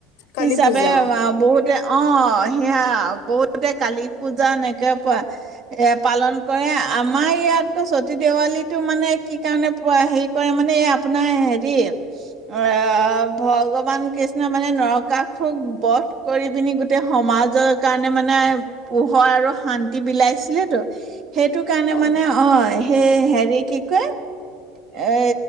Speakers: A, on the left (about 70°); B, on the right (about 50°).
A: কালী
B: হিচাপে
A: পূজা
B: অ', বহুতে অ', সেয়া বহুতে কালী পূজা এনেকে প এ পালন কৰে। আমাৰ ইয়াতকৈ চতী দেৱালীটো মানে কি কাৰণে পুৱা হেৰি কৰে মানে। এই আপোনাৰ হেৰি, অ', ভগৱান কৃষ্ণ মানে নৰকাসুক বধ কৰি পিনি গোটেই সমাজৰ কাৰণে মানে, পোহৰ আৰু শান্তি বিলাইছিলে তো সেইটো কাৰণে
A: হয়
B: মানে অ', সেই হেৰি কি কয়। এ,